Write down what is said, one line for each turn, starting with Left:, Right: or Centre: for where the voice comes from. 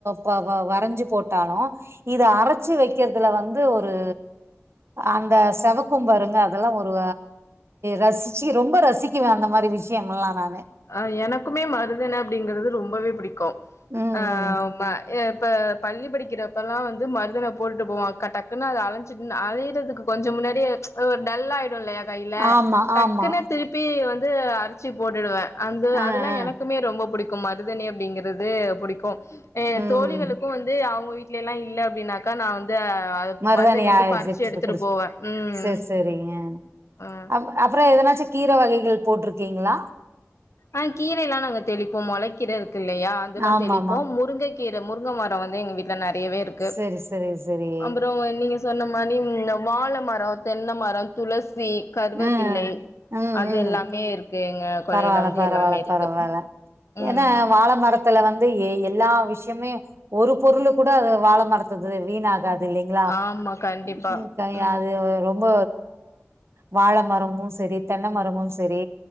Right: வ வ வரைஞ்சி போட்டாலு இத அரைச்சு வைக்கிறதுல வந்து ஒரு அந்த செவக்கும்பாருங்க அதெல்லா ஒரு ரசிச்சு ரொம்ப ரசி கிவே அந்த மாரி விஷயம்ல்லா நான்
Left: அஹ் எனக்குமே மருதான அப்டிங்கறது ரொம்பவே பிடிக் க்கு
Right: ம்
Left: ஆஹ்
Right: ம்
Left: மா இப்ப பள்ளி படிக்கிறப்பல்லா வந்து மருதன போட்டுட்டு போவங்க டக்குன்னு அத அழஞ்சி அலையறதுக்கு கொஞ்சம் முன்னாடியே அ டல்லா ஆயிடு இல்லையா கையில
Right: ஆமா
Left: டக்குன்னு
Right: ஆமா
Left: திருப்பி வந் வந்து அரிச்சி போட்டுடுவே அந்த
Right: ஆ
Left: அதெல்லா
Right: ஆ
Left: எனக்குமே ரொம்ப பிடிக் க்கு மருதாணி அப்டிங்கறது து புடிக்கு அ
Right: ம்
Left: தோழிங்களுக்கு வந்து அவங்க வீட் எல்லா இல்ல அப்டின்னாக்க நா வந்து அஹ் அது
Right: மருதாணி
Left: மருதணி
Right: <unintelligible>
Left: வந்து பறிச்சு எடுத்துட்டு போவே ம்
Right: சரி சரிங்க
Left: ஆ
Right: அ அப்புறோ எதனாச்சு கீர வகைகள் போட்ருக்கீங்களா
Left: ஆஹ் கீரை எல்லா நாங்க தெளிப்போ மொளக்கீர இருக்கு இல்லையா அதெல்லா
Right: ஆமா
Left: தெளிப்போ
Right: ஆமா
Left: முருங்கை கீர முருங்க மரம் வந்து எங்க வீட்ல நெற யவே இருக்கு
Right: சேரி சேரி சேரி
Left: அப்புறோ நீங்க சொன்ன மாரி ன்னு வாழ மரம் தென்ன மரம் துளசி கருவப்பிள்ளை
Right: ஆ ம்
Left: அது
Right: ம்
Left: எல்லாமே இருக்கு <unintelligible> <unintelligible>
Right: பரவால்ல
Left: வந்து
Right: பரவால்ல
Left: எல்லாமே இருக்கு
Right: பரவால
Left: ம்
Right: ஏன்னா வாழ மரத்துல வந்து எ எல்லா எல்ல விஷயுமே ஒரு பொருள் கூட அது வாழ மரத்துது வீணாகாது இல்லலைங்களா
Left: ஆமா கண்டிப்பா
Right: <unintelligible>
Left: ம்
Right: அது ரொம்ப வாழ மரமும் செரி தென்னை மரமும் செரி